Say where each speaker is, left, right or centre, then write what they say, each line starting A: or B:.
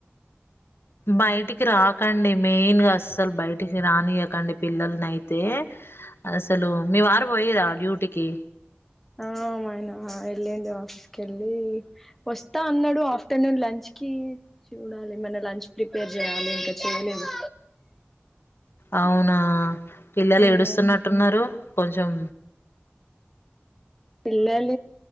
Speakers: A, on the left; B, in the centre.
A: బయటికి రాక క్కండి మెయిన్ గా అస్సలు బయటికి రానియకండి. పిల్లల్ని అయితే అసలు మీ వారు పోయిరా డ్యూటీకి
B: ఆ మయనా వెళ్ళండి ఆఫీస్ క వెళ్ళి వస్తా అన్నాడు ఆఫ్టర్నూన్ లంచ్ కి చూడాలి ఏమన్నా లంచ్ ప్రిపేర్ చేయాలి ఇంకా చేయలేదు
A: అవునా పిల్లలు
B: ఉమ్
A: ఏడుస్తున్నట్టున్నారు కొంచం
B: పిల్లాల